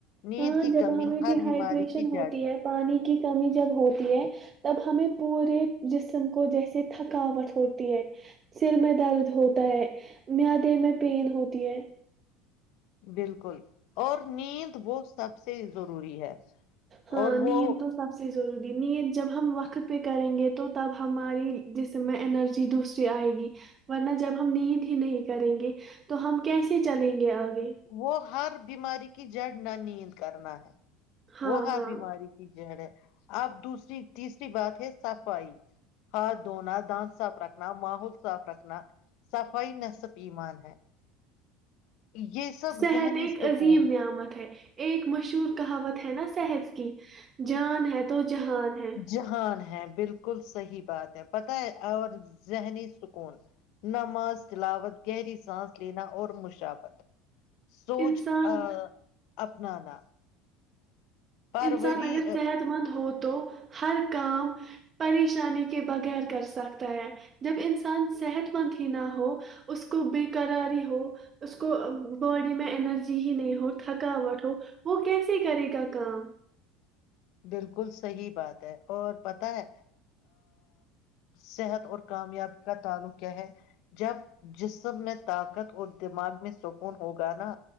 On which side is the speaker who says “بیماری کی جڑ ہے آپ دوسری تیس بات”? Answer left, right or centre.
Left